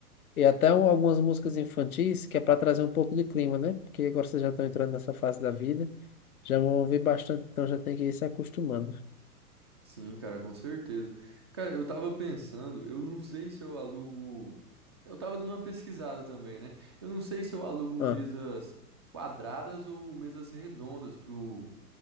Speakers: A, on the left (about 65°); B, on the right (about 20°).
A: e até o- algumas músicas infantis, que é para trazer um pouco de clima, né? Porque agora vocês já estão entrando nessa fase da vida, já vão ouvir bastante, então já tem que ir se acostumando.
B: Sim, cara, com certeza. Cara, eu tava pensando, eu não sei se eu alugo. Eu tava dando uma pesquisada também, né? Eu não sei se eu alugo mesas
A: Ah,
B: quadradas ou mesas redondas pro,